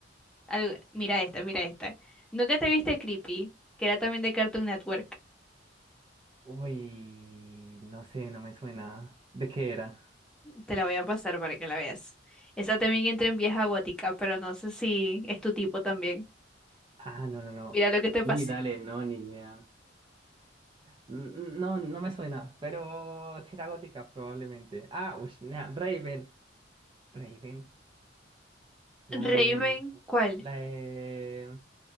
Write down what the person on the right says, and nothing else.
Uy, no sé, no me suena. ¿De qué era?
Ah, no, no, no.
Uy,
dale, no, ni idea. Mm, No, no me suena, pero si era gótica, probablemente. Ah, uy, nah, Raven. Raven, la
de,
la de